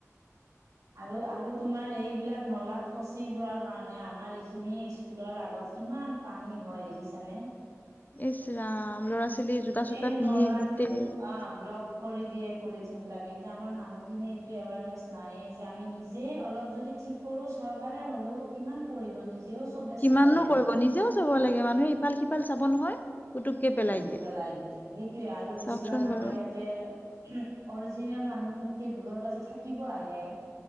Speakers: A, on the right; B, on the left.
A: আৰু, আৰু তোমাৰ এইবিলাক নলাত ফচি যোৱাৰ কাৰণে আমাৰ এইখিনি স্কুলৰ আগত কিমান পানী হয় দেখিছানে
B: ইচৰাম ল'ৰা ছোৱালী
A: গোটেই
B: জোতা চোতা পিন্ধি
A: নলাটো
B: গোটেই
A: অ' ব্লক কৰি দিয়ে পলিথিন বিলাকে এতিয়া আমাৰ মানুহখিনিয়ে এইটো এৱাৰনেছ নাইয়ে যে আমি নিজে অলপ যদি ঠিক কৰো চৰকাৰে হ'লেও কিমান কৰিব নিজেও চবে
B: কিমাননো
A: চাব লাগে
B: কৰিব
A: ন
B: নিজেও চাব লাগে মানুহে ইফাল সিফাল চাব নহয়। পুতুককে
A: ওম
B: দিয়ে
A: পেলাই দিলে সেইটোয়ে আৰু বেছিভাগ
B: চাওকচোন
A: আমাৰ
B: বাৰু।
A: ইয়াত দে অৰিজিনেল মানুহ খিনি দূৰৰ পাজে থাকিব আহে উম